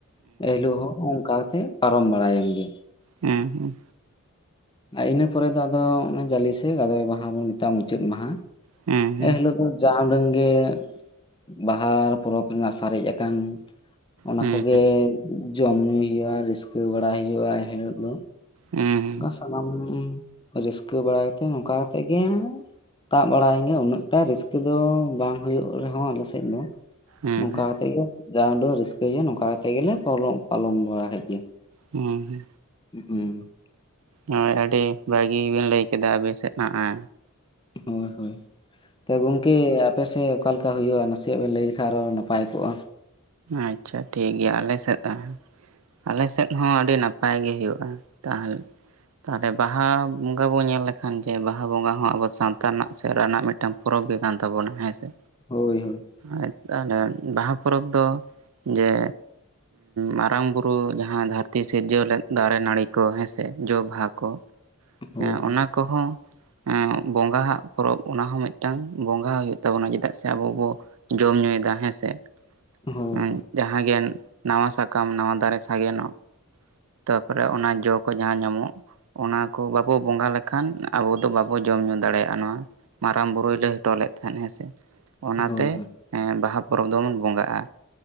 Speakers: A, on the left; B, on the right.
A: ᱯᱮ ᱦᱤᱞᱳᱜ ᱦᱚᱸ ᱚᱝᱠᱟ ᱠᱟᱛᱮᱜ ᱯᱟᱨᱚᱢ ᱵᱟᱲᱟᱭᱮᱱ ᱜᱮ᱾
B: ᱦᱮᱸ ᱦᱮᱸ
A: ᱟ ᱤᱱᱟᱹ ᱯᱚᱨᱮ ᱫᱚ ᱟᱫᱚ ᱚᱱᱮ ᱡᱟᱞᱤ ᱥᱮ ᱜᱟᱫᱚᱭᱮ ᱢᱟᱦᱟ ᱵᱚ ᱢᱮᱛᱟᱜᱼᱟ ᱢᱩᱪᱟᱹᱫ ᱢᱟᱦᱟ᱾
B: ᱦᱮᱸ ᱦᱮᱸ
A: ᱮ ᱦᱤᱞᱳᱜ ᱫᱚ ᱡᱟᱸ ᱩᱰᱟᱹᱝ ᱜᱮ <unintelligible> ᱵᱟᱦᱟ ᱯᱚᱨᱚᱵᱽ ᱨᱮᱱᱟᱜ ᱥᱟᱨᱮᱡ ᱟᱠᱟᱱ ᱚᱱᱟ
B: ᱦᱮᱸ
A: ᱠᱚᱜᱮ
B: ᱦᱮᱸ
A: ᱡᱚᱢ ᱧᱩᱭ ᱦᱩᱭᱩᱜᱼᱟ᱾ ᱨᱟᱹᱥᱠᱟᱹ ᱵᱟᱲᱟᱭ ᱦᱩᱭᱩᱜᱼᱟ ᱮᱱ ᱦᱤᱞᱳᱜ ᱫᱚ᱾
B: ᱦᱮᱸ
A: ᱠᱟ
B: ᱦᱮᱸ
A: ᱥᱟᱱᱟᱢ ᱨᱟᱹᱥᱠᱟᱹ ᱵᱟᱲᱟ ᱠᱟᱛᱮᱜ ᱱᱚᱝᱠᱟ ᱠᱟᱛᱮᱫ ᱜᱮ ᱛᱟᱵ ᱵᱟᱲᱟᱭᱮᱱ ᱜᱮ ᱩᱱᱟᱹᱜᱴᱟ ᱨᱟᱹᱥᱠᱟᱹ ᱫᱚ ᱵᱟᱝ ᱦᱩᱭᱩᱜ ᱨᱮᱦᱚᱸ ᱟᱞᱮᱥᱮᱜ ᱫᱚ
B: ᱦᱮᱸ
A: ᱱᱚᱝᱠᱟ
B: ᱦᱮᱸ
A: ᱠᱟᱛᱮᱜ ᱜᱮ ᱡᱟ ᱩᱰᱟᱹ ᱨᱟᱹᱥᱠᱟᱹ ᱦᱩᱭᱟ ᱱᱚᱝᱠᱟ ᱠᱟᱛᱮᱜ ᱜᱮᱞᱮ ᱯᱚᱞᱟᱢ ᱯᱟᱞᱚᱢ ᱵᱟᱲᱟ ᱠᱮᱜ ᱜᱮ᱾
B: ᱦᱩᱸᱸ
A: ᱩᱜᱸ ᱩᱸ <unintelligible>
B: ᱦᱳᱭ ᱟᱹᱰᱤ ᱵᱷᱟᱹᱜᱤ ᱵᱤᱱ ᱞᱟᱹᱭ ᱠᱮᱫᱟ ᱟᱵᱤᱱ ᱥᱮᱜ ᱱᱟᱜᱼᱟ
A: ᱦᱳᱭ ᱦᱳᱭ ᱛᱚ ᱜᱚᱝ ᱠᱮ ᱟᱯᱮᱥᱮᱜ ᱚᱠᱟᱞᱮᱠᱟ ᱦᱩᱭᱩᱜᱼᱟ? ᱱᱟᱥᱮᱭᱟᱜ ᱵᱮᱱ ᱞᱟᱹᱭ ᱞᱮᱠᱷᱟᱡ ᱟᱨᱚ ᱱᱟᱯᱟᱭ ᱠᱚᱜᱼᱟ᱾
B: ᱟᱪᱪᱷᱟ ᱴᱷᱤᱠᱜᱮᱭᱟ ᱟᱞᱮᱥᱮᱜ ᱟᱸ ᱟᱞᱮᱥᱮᱫ ᱦᱚᱸ ᱟᱹᱰᱤ ᱱᱟᱯᱟᱭ ᱜᱮ ᱦᱳᱭᱳᱜᱼᱟ ᱛᱟᱦᱟᱞ ᱛᱟᱦᱚᱞᱮ ᱵᱟᱦᱟ ᱵᱚᱸᱜᱟ ᱵᱚ ᱧᱮᱞ ᱞᱮᱠᱷᱟᱱ ᱡᱮ ᱵᱟᱦᱟ ᱵᱚᱸᱜᱟ ᱦᱚᱸ ᱟᱵᱚ ᱥᱟᱶᱛᱟ ᱨᱮᱱᱟᱜ ᱥᱮᱨᱣᱟ ᱨᱮᱱᱟᱜ ᱢᱮᱜ ᱴᱟᱝ ᱯᱚᱨᱚᱵᱽ ᱜᱮ ᱠᱟᱱ ᱛᱟᱵᱚᱱᱟ ᱦᱮᱸ ᱥᱮ᱾
A: ᱦᱳᱭ ᱦᱳᱭ
B: ᱟᱡ ᱛᱟᱦᱮᱞᱮ ᱵᱟᱦᱟ ᱯᱚᱨᱚᱵᱽ ᱫᱚ ᱡᱮ ᱢᱟᱨᱟᱝ ᱵᱩᱨᱩ ᱡᱟᱦᱟᱸ ᱫᱷᱟᱹᱨᱛᱤ ᱥᱤᱨᱡᱟᱹᱣ ᱞᱮᱫ ᱫᱟᱨᱮ ᱱᱟᱹᱲᱤ ᱠᱚ ᱦᱮᱸᱥᱮ ᱡᱚ ᱵᱟᱦᱟ ᱠᱚ
A: ᱦᱳᱭ
B: ᱮᱸ ᱚᱱᱟ ᱠᱚᱦᱚᱸ ᱮᱸ ᱵᱚᱸᱜᱟ ᱦᱟᱜ ᱯᱚᱨᱚᱵᱽ ᱚᱱᱟᱦᱚᱸ ᱢᱤᱜᱴᱟᱝ ᱵᱚᱸᱜᱟ ᱦᱳᱭ ᱛᱟᱵᱚᱱᱟ ᱪᱮᱫᱟᱜ ᱥᱮ ᱟᱵᱚ ᱵᱚ ᱡᱚᱢ ᱧᱩᱭᱫᱟ ᱦᱮᱸᱥᱮ
A: ᱦᱳᱭ
B: ᱮᱸ ᱡᱟᱦᱟᱸ ᱜᱮᱱ ᱱᱟᱣᱟ ᱥᱟᱠᱟᱢ ᱱᱟᱣᱟ ᱫᱟᱨᱮ ᱥᱟᱜᱮᱱᱚᱜ ᱛᱟᱯᱚᱨᱮ ᱚᱱᱟ ᱡᱚ ᱠᱚ ᱡᱟᱦᱟᱸ ᱧᱟᱢᱚᱜ ᱚᱱᱟ ᱠᱚ ᱵᱟᱵᱚ ᱵᱚᱸᱜᱟ ᱞᱮᱠᱷᱟᱱ ᱟᱵᱚ ᱫᱚ ᱵᱟᱵᱚ ᱡᱚᱢ ᱧᱩ ᱫᱟᱲᱮᱭᱟᱜᱼᱟ ᱱᱚᱣᱟ ᱢᱟᱨᱟᱝ ᱵᱩᱨᱩᱭ ᱞᱟᱹᱭ ᱦᱚᱴᱚ ᱞᱮᱫ ᱠᱚᱱᱟ ᱛᱟᱦᱮᱸᱫ ᱦᱮᱸᱥᱮ ᱚᱱᱟᱛᱮ
A: ᱦᱳᱭ ᱦᱳᱭ
B: ᱮᱸ ᱵᱟᱦᱟ ᱯᱚᱨᱚᱵᱽ ᱫᱚᱵᱚᱱ ᱵᱚᱸᱜᱟᱜᱼᱟ